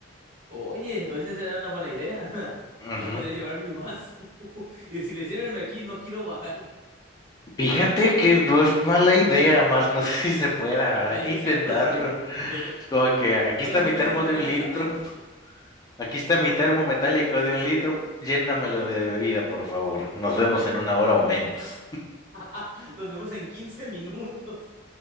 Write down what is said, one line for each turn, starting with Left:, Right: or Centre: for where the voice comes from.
Right: Oye, esa sería una buena idea. <laughs> Yo
Left: Ujú.
Right: podría llevar mi vaso <laughs> y decirle, sírveme aquí, no quiero bajar.
Left: Fíjate que no es mala idea, más no <laughs> sé si se pueda,
Right: <laughs>
Left: ¿verdad?
Right: Oye,
Left: hay que
Right: sí es
Left: intentarlo.
Right: cierto, ¿eh? Debe-
Left: Es como que aquí
Right: Solamente
Left: está mi termo
Right: hay una manera
Left: de un
Right: de
Left: litro,
Right: saber.
Left: aquí está mi termo metálico de un litro, llénamelo de bebida, por favor. Nos vemos en una hora o menos.
Right: <laughs> Nos vemos en 15 minutos.